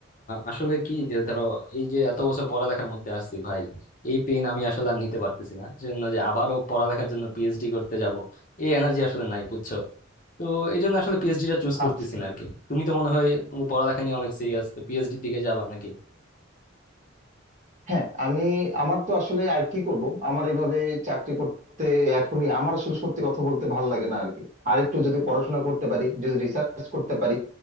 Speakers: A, on the left; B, on the right.
A: আসলে কি যে ধরো এই যে এত বছর পড়ালেখার মধ্যে আসছি ভাই এই পেন আমি আসলে আর নিতে পারতেছি না সেজন্য যে আবারও পড়ালেখার জন্য পিএইচডি করতে যাব এই এনার্জি আসলে নাই বুঝছো তো এই জন্য আসলে পিএইচডিটা চুজ করতেছি
B: আচ্ছা
A: না আর কি তুমি তো মনে হয় পড়ালেখা নিয়ে অনেক সিরিয়াস তো পিএইচডির দিকে যাবা নাকি
B: হ্যাঁ আমি আমার তো আসলে আর কি করব আমার এইভাবে চাকরি করতে এখনই আমার আসলে সত্যি কথা বলতে ভাল লাগে না আর কি আরেকটু যদি পড়াশোনা করতে পারি যদি রিসার্চ করতে পারি